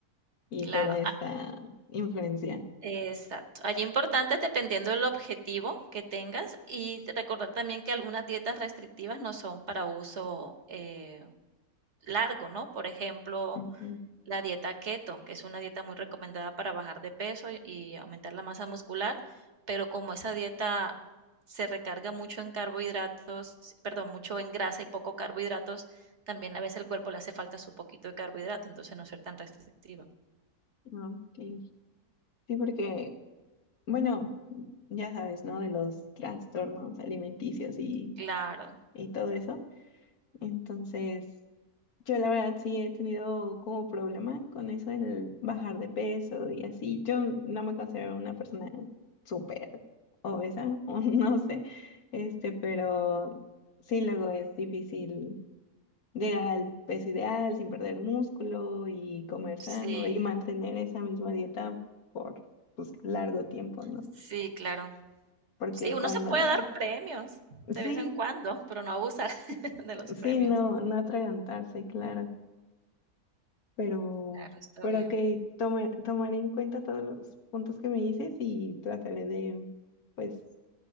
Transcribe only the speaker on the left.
y
toda esta
influencia.
Ujú.
Ok. Sí, porque Bueno, ya sabes, ¿no? De los trastornos alimenticios y,
y todo eso. Entonces, yo la verdad sí he tenido como problema con eso, el bajar de peso y así. Yo no me considero una persona súper obesa, <laughs> o no sé, este, pero sí luego es difícil llegar al peso ideal sin perder músculo y comer
sano y mantener esa misma dieta por, pues, largo tiempo, ¿no?
porque
cuando,
sí,
sí, no, no atragantarse, claro, pero,
pero
ok, tome- tomaré en cuenta todos los puntos que me dices y trataré de, pues,